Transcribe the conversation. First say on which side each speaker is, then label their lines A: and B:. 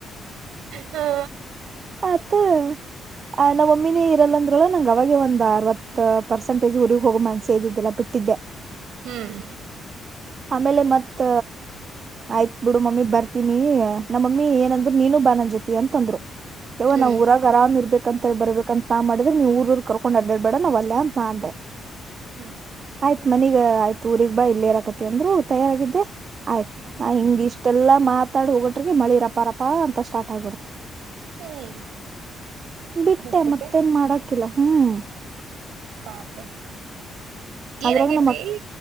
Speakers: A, on the right; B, on the right.
A: ಹಾ
B: ಪತ್ತು ಆ ನಾವ ಒಮ್ಮಿನೇ ಇರಲ್ಲ ಅಂದ್ಲ್ಲ ನಂಗ್ ಅವಾಗ ಒಂದ್ ಅರವತ್ ಪರ್ಸೆಂಟೇಜ್ ಊರಿಗೆಗ್ ಹೋಗ ಮನ್ಸೆ ಇದ್ದಿದ್ದೆಲ್ಲಾ ಬಿಟ್ಟಿದ್ದೆ
A: ಹ್ಮ್
B: ಆಮೇಲೆ ಮತ್ತ ಆಯ್ತ್ ಬಿಡು ಮಮ್ಮಿ ಬರ್ತೀನಿ ನಮ್ಮ ಮಮ್ಮಿ ಏನಂದ್ರು ನೀನು ಬಾನನ್ ಜೊತಿ ಅಂತಂದ್ರು ಯವ
A: ಹ್ಮ್
B: ನಾವ್ ಊರಾಗ ಆರಾಮ್ ಇರ್ಬೇಕು ಅ ಅಂತ ಹೇಳಿ ಬರ್ಬೇಕ ಅಂತ ನಾ ಮಾಡಿದ್ರೆ ನೀವುಊೂಊರ್ ಕರ್ಕೊಂಡ್ ಅಡ್ಡಡ್ಡೇಡ ನ್ ಅಲ್ಲೇ ಅಂತ ನ ಅಂದೆ
A: ಹ್ಮ್
B: ಆಯ್ತ್ ಮನಗ ಆಯ್ತು ಊರ್ಗ್ ಬಾ ಇಲ್ಲಿೇರಾಕತಿ ಅಂದ್ರು ತಯಾರಾಗಿದ್ದೆ ಆಯ್ತು
A: ಹ್ಮ್
B: ನಾ ಹಿಂಗ್ ಇಷ್ಟೆಲ್ಲಾ ಮಾತಾಡ್ ಹೋಗಟ್ರಿಗೆ ಮಳಿರಪಾರಪಾ ಅಂತ ಸ್ಟಾರ್ಟ್ ಆಗ್ಬಿಡ್ತು
A: ಹ್ಮ್
B: ಬಿಟ್ಟೆ
A: ಬಿಟ್ಬಿಟ್ಟೆ
B: ಮತ್ತೇನ್ ಮಾಡಾಕಿಲ್ಲ ಹ್ಮ್
A: ಪಾಪ ಏನ
B: ಅದ್ರಾಗ
A: ಕೆೇಪಿ
B: ನಮ್ಮ ಅಕ್